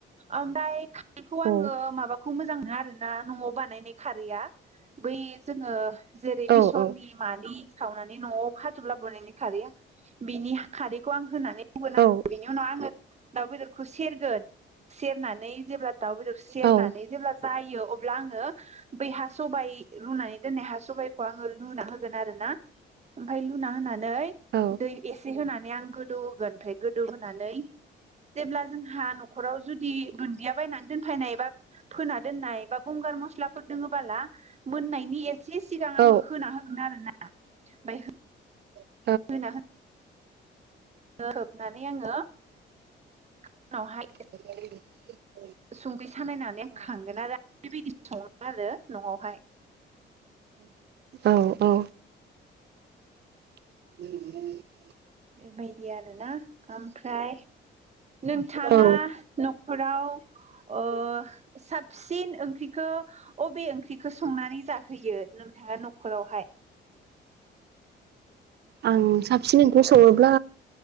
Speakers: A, on the right (about 35°); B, on the right (about 55°).
A: आमबाय बेखौ आङो
B: औ
A: माबा खौ मोजां मोनो आरोना न'आव बानायनाय खारैआ बै जोङो जेरै
B: औ
A: बिसरनि
B: औ
A: मानि सावनानै न'आव खाथुबलाबोनायनि खारैया बिनि खारैखौ आं होनानै हगोन
B: औ
A: आरोना बिनि उनाव आङो दाउ बेदरखौ खुसेर दोन सेरनानै जेब्ला दाउ बेदर सेरनानै
B: औ
A: जेब्ला जायो अब्ला आङो बै हा सबाइ रुनानै दोननाय हा सबाइखौ आङो लुना होगोन आरोना ओमफाय लुना होनानै नै
B: औ
A: दै एसे होनानै गोदौ होगोन गोदौहोनानै जेब्ला जों हा नखराव जुदि दुदिया बायनानै दोनफैनाय बा फोना दोनाय बा गंगार मास्लाफोर दङबोला मोननायनि ए से सिगां
B: औ
A: आङो होना होगोन आरो ना ओफाय।
B: औ
A: होनाहो हो-होबनानै आङो उनावहाय।
B: <inaudible>
A: संख्रि सानायनानै आं खांगोन आरो। बेबायदि सङो आरो नआवहाय।
B: औ औ औ। <unintelligible>
A: बेबायदि आरो ना ओमफ्राय नोंथाङा
B: औ
A: न'खराव ओ साबसिन ओंख्रिखौ अबे ओंख्रिखौ संनानै। जाहोयो नोंथाङा नखरावहाय।
B: आं साबसिन ओंख्रि सङोब्ला